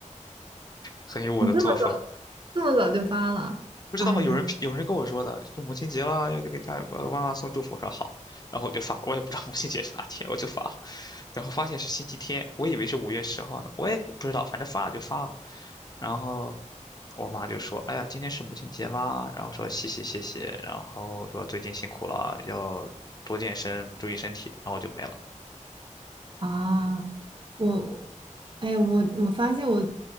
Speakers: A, on the left (about 30°); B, on the right (about 40°).
A: 很有我的作风。
B: 你这么早这么早就发了？
A: 不知道有人有人跟我说的，
B: 哎
A: 就母亲节啦，要给家呃妈妈送祝福，我说好，然后我就发了，我也不知道母亲节是哪天，我就发了，然后发现是星期天，我以为是五月十号呢，我也不知道，反正发了就发了，然后我妈就说，哎呀，今天是母亲节吗？然后说谢谢谢谢，然后说最近辛苦了，要多健身，注意身体，然后我就没了。
B: 啊，我哎我我发现我